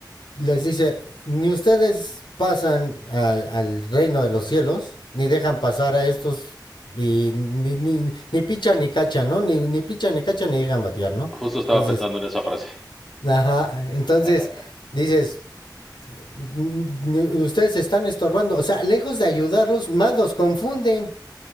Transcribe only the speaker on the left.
les dice, ni ustedes pasan al, al reino de los cielos, ni dejan pasar a estos, y ni, ni, ni pichan ni cachan, ¿no? Ni, ni pichan ni cachan ni dejan batear, ¿no?
Entonces,
ajá, entonces
dices, "Ni- ustedes se están estorbando, o sea, lejos de ayudarlos, más los confunden